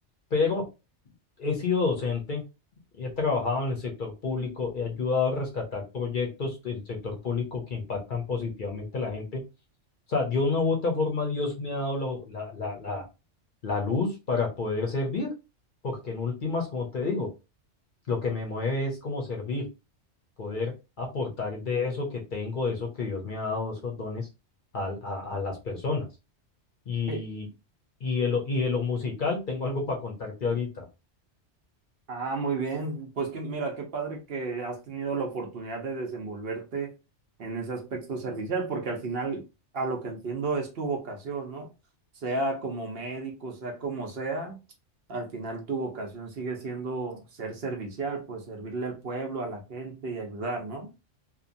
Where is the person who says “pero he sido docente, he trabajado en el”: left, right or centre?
Left